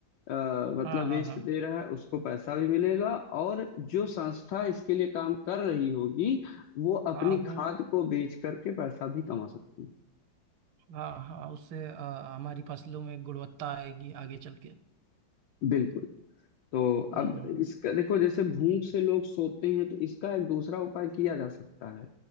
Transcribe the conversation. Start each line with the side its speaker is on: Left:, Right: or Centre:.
Left: अ, मतलब
Right: हाँ
Left: वेस्ट
Right: हाँ हाँ
Left: दे रहा है उसको पैसा भी मिलेगा और जो संस्था इसके लिए काम कर रही होगी वो अपनी
Right: हाँ वो
Left: खाद को बेच करके पैसा भी कमा सकती है
Right: हाँ हाँ उससे अ, हमारी फसलों में गुणवत्ता आएगी आगे चल के
Left: बिल्कुल तो
Right: हम्म
Left: अब इसका देखो जैसे भूख से लोग सोते हैं तो इसका एक दूसरा उपाय किया जा सकता है